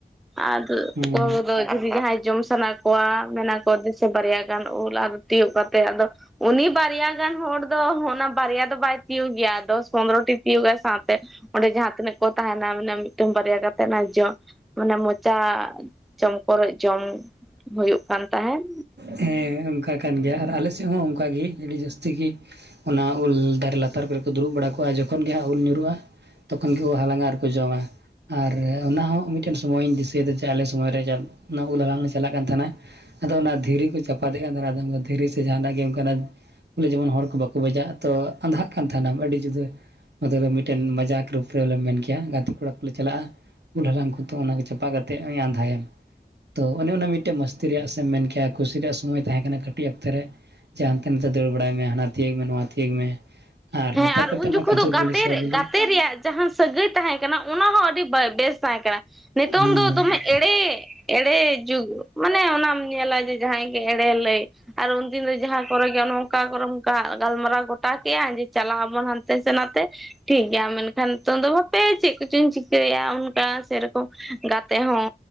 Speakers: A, in the centre; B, on the right.
A: ᱟᱫᱚ
B: ᱦᱩᱸ
A: ᱠᱚ ᱡᱩᱫᱤ ᱡᱟᱦᱟᱸᱭ ᱡᱚᱢ ᱥᱟᱱᱟ ᱠᱚᱣᱟ ᱢᱮᱱᱟ ᱠᱚ ᱫᱮᱥᱮ ᱵᱟᱨᱭᱟ ᱜᱟᱱ ᱩᱞ ᱟᱨ ᱛᱤᱭᱳᱜ ᱠᱟᱛᱮ ᱟᱫᱚ ᱩᱱᱤ ᱵᱟᱨᱭᱟ ᱜᱟᱱ ᱦᱚᱲ ᱫᱚ ᱚᱱᱟ ᱵᱟᱨᱭᱟ ᱫᱚ ᱵᱟᱭ ᱛᱤᱭᱳᱜ ᱜᱮᱭᱟ᱾ ᱫᱚᱥ ᱯᱚᱱᱨᱚᱚᱴᱤ ᱛᱤᱭᱳᱜᱜᱟ ᱥᱟᱶᱛᱮ ᱚᱸᱰᱮ ᱡᱟᱦᱟᱸ ᱛᱤᱱᱟᱹᱜ ᱠᱚ ᱛᱟᱦᱮᱱᱟ ᱢᱮᱱᱮ ᱢᱤᱫᱴᱮᱱ ᱵᱟᱨᱭᱟ ᱠᱟᱛᱮ ᱚᱱᱟ ᱡᱚ ᱡᱚᱢ ᱢᱟᱱᱮ ᱢᱚᱪᱟ ᱪᱚᱢ ᱠᱚᱨᱚᱪ ᱡᱚᱢ ᱦᱩᱭᱩᱜ ᱠᱟᱱ ᱛᱟᱦᱮᱸᱱ᱾
B: ᱦᱮᱸ ᱚᱱᱠᱟ ᱠᱟᱱ ᱜᱮᱭᱟ ᱟᱨ ᱟᱞᱮ ᱥᱮᱫ ᱛᱮᱫ ᱦᱚᱸ ᱚᱱᱠᱟᱜᱮ ᱟᱹᱰᱤ ᱡᱟᱹᱥᱛᱤ ᱜᱮ ᱚᱱᱟ ᱩᱞ ᱫᱟᱨᱮ ᱞᱟᱛᱟᱨ ᱠᱚᱨᱮ ᱠᱚ ᱫᱩᱲᱩᱵ ᱵᱟᱲᱟ ᱠᱚᱜᱼᱟ ᱡᱚᱠᱷᱚᱱ ᱜᱮ ᱦᱟᱸᱜ ᱩᱞ ᱧᱩᱨᱦᱩᱜᱼᱟ ᱛᱚᱠᱷᱚᱱ ᱜᱮ ᱦᱟᱞᱟᱝᱜᱟ ᱟᱨ ᱠᱚ ᱡᱚᱢᱟ᱾ ᱟᱨ ᱚᱱᱟ ᱦᱚᱸ ᱢᱤᱫᱴᱮᱱ ᱥᱚᱢᱚᱭᱤᱧ ᱫᱤᱥᱟᱹᱭᱮᱫᱟ ᱡᱮ ᱟᱞᱮ ᱥᱚᱢᱚᱭ ᱨᱮ ᱩᱞ ᱞᱟᱜ ᱞᱮ ᱪᱟᱞᱟᱜ ᱠᱟᱱ ᱛᱟᱦᱮᱱᱟ ᱟᱫᱚ ᱚᱱᱟ ᱫᱷᱤᱼᱼ ᱫᱷᱤᱨᱤ ᱠᱚ ᱪᱟᱯᱟᱫᱮᱜ ᱠᱟᱱ ᱛᱟᱦᱮᱱᱟ ᱟᱫᱚ ᱫᱷᱤᱨᱤ ᱥᱮ ᱡᱟᱦᱱᱟᱜ ᱜᱮ ᱚᱱᱠᱟᱱᱟᱜ ᱵᱚᱞᱮ ᱡᱮᱢᱚᱱ ᱦᱚᱲ ᱠᱚ ᱵᱟᱠᱚ ᱵᱟᱡᱟᱜᱼᱟ ᱛᱚ ᱟᱫᱷᱟᱜ ᱠᱟᱱ ᱛᱟᱦᱮᱱᱟᱢ ᱟᱹᱰᱤ ᱡᱩᱫᱟᱹ ᱟᱫᱚ ᱞᱮ ᱢᱤᱫᱴᱮᱱ ᱢᱟᱡᱟᱠ ᱨᱩᱯ ᱨᱮᱞᱮᱢ ᱵᱚᱞᱮ ᱢᱮᱱ ᱠᱮᱭᱟ ᱜᱟᱛᱮ ᱠᱚᱲᱟ ᱠᱚᱞᱮ ᱪᱟᱞᱟᱜᱼᱟ᱾ ᱩᱞᱦᱟᱲᱝ ᱠᱚᱛᱚ ᱚᱱᱟ ᱪᱟᱯᱟᱛᱮᱫ ᱟᱸᱫᱟᱭᱮᱢ᱾ ᱛᱚ ᱚᱱᱮ ᱚᱱᱟ ᱢᱤᱫᱴᱮᱱ ᱢᱥᱛᱤ ᱨᱮᱭᱟᱜ ᱥᱮ ᱮᱢ ᱢᱮᱱ ᱠᱮᱭᱟ ᱠᱩᱥᱤ ᱨᱮᱭᱟᱜ ᱥᱚᱢᱚᱭ ᱛᱟᱦᱮᱸ ᱠᱟᱱᱟ ᱠᱟᱹᱴᱤᱡ ᱚᱠᱛᱮ ᱨᱮ᱾ ᱡᱟ ᱦᱟᱸᱱᱛᱮ ᱱᱟᱛᱮ ᱫᱟᱹᱲ ᱵᱟᱲᱟᱭ ᱢᱮ ᱦᱟᱱᱟ ᱛᱤᱭᱟᱹᱜ ᱢᱮ ᱱᱚᱣᱟ ᱛᱤᱭᱟᱹᱜ ᱢᱮ
A: ᱦᱮᱸ
B: ᱱᱮᱛᱟᱨ
A: ᱟᱨ
B: ᱠᱟᱛᱮᱫ
A: ᱩᱱ ᱡᱚᱠᱷᱚᱱ
B: ᱢᱟ ᱠᱷᱤᱡᱩᱨ
A: ᱫᱚ ᱜᱟᱛᱮ
B: ᱵᱤᱞᱤ ᱥᱚ ᱵᱤᱞᱤ
A: ᱜᱟᱛᱮ ᱨᱮᱭᱟᱜ ᱡᱟᱦᱟᱸ ᱥᱟᱹᱜᱟᱹᱭ ᱛᱟᱦᱮᱸ ᱠᱟᱱᱟ ᱚᱱᱟ ᱦᱚᱸ ᱟᱹᱰᱤ ᱵᱟᱭ ᱵᱮᱥ ᱛᱟᱦᱮᱸ ᱠᱟᱱᱟ ᱱᱤᱛᱚᱝ
B: ᱦᱮᱸ
A: ᱫᱚ ᱫᱚᱢᱮ ᱮᱲᱮ ᱮᱲᱮ ᱡᱩᱜᱽ ᱢᱟᱱᱮ ᱚᱱᱟᱢ ᱧᱮᱞᱟᱭ ᱡᱮ ᱡᱟᱦᱟᱸᱭ ᱜᱮ ᱮᱲᱮ ᱞᱟᱹᱭ ᱟᱨ ᱩᱱᱫᱤᱱ ᱫᱚ ᱡᱟᱦᱟᱸ ᱠᱚᱨᱮ ᱜᱮ ᱚᱱ ᱚᱱᱠᱟ ᱠᱚᱨᱮᱚᱱ ᱜᱟᱞᱢᱟᱨᱟᱣ ᱜᱚᱴᱟ ᱠᱮᱭᱟ ᱡᱮ <unintelligible> ᱪᱟᱞᱟ ᱟᱵᱚᱱ ᱦᱟᱱᱛᱮ ᱥᱮ ᱱᱟᱛᱮ ᱴᱷᱤᱠ ᱜᱮᱭᱟ ᱢᱮᱱᱠᱷᱟᱱ ᱱᱤᱛᱚᱝ ᱫᱚ ᱵᱟᱦᱟᱯᱮ ᱪᱮᱫ ᱠᱚᱪᱚᱧ ᱪᱤᱠᱟᱹᱭᱮᱫᱼᱟ ᱚᱱᱠᱟ ᱥᱮᱨᱚᱠᱚᱢ ᱜᱟᱛᱮ ᱦᱚᱸ